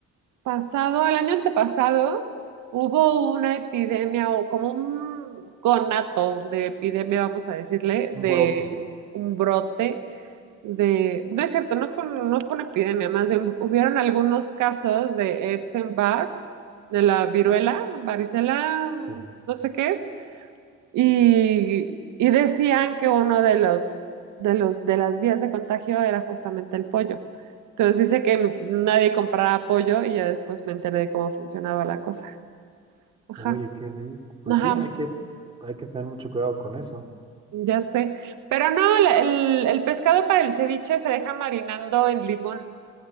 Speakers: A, on the right; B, on the right.
A: pasado, el año antepasado, hubo una epidemia o como un conato de epidemia, vamos a decirle, de
B: Un brote.
A: un brote de... No es cierto, no fue, no fue una epidemia, más bien hubieron algunos casos de Epstein-Barr, de la viruela, varicela,
B: Sí,
A: no sé qué es. Y, y decían que uno de los, de los, de las vías de contagio era justamente el pollo. Entonces dice que nadie compraba pollo y ya después me enteré de cómo funcionaba la cosa. Ajá,
B: oye, qué rico. Pues
A: ajá,
B: sí, hay que, hay que tener mucho cuidado con eso.
A: ya sé. Pero no, el, el- el pescado para el ceviche se deja marinando en limón